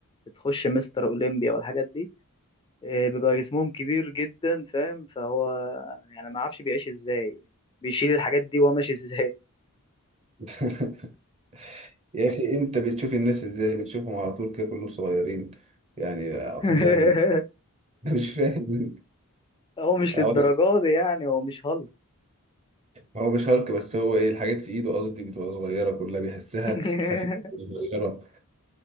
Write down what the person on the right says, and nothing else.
<laughs> يا اخي انت بتشوف الناس ازاي؟ بتشوفهم على طول كده كلهم صغيرين يعني اقزام
<laughs> مش فاهم
أقول
لك،
هو مش هالك بس هو ايه الحاجات في ايده قصدي بتبقى صغيرة كلها بيحسها
خفيفة صغيرة